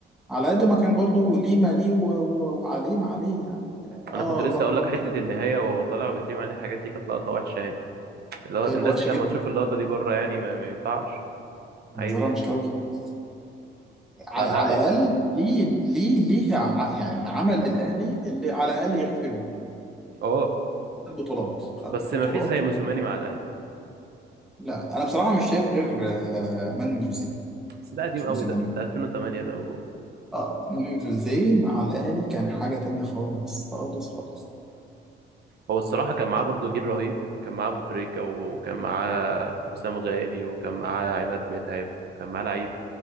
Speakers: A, in the centre; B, on the right.
A: على قد ما كان برضو ليه ما ليه و- و- وعليه ما عليه يعني
B: انا
A: اه
B: كنت لسه
A: روح
B: اقول لك
A: راجل
B: حته النهايه وهو طالع وبيترمي عليه الحاجات دي كانت لقطه وحشه يعني اللي هو
A: حلو
B: الناس
A: وحشه
B: دي لما
A: جدا
B: تشوف اللقطه دي بره يعني ما, ما ينفعش
A: منظرها
B: عيب يعني
A: مش حلو خالص ع-
B: فلا
A: على الاقل
B: يعني
A: ليه ليه ليه ع- يعني عمل للاهلي اللي على الاقل يغفر له
B: اه
A: خد بطولات خد
B: بس
A: بطولات
B: ما فيش زي موسوماني
A: و...
B: مع الاهلي
A: لا انا بصراحه مش شايف غير آه، مانويل جوزيه
B: بس ده قديم
A: مش
B: قوي
A: موسى
B: ده
A: مانويل
B: ده 2008 ده و...
A: اه مانويل جوزيه مع الاهلي كان حاجه تانية خالص خالص خالص
B: هو الصراحه كان معاه برضو جيل رهيب كان معاه ابو تريكه وكان معاه حسام غالي وكان معاه عماد متعب وكان معاه لعيب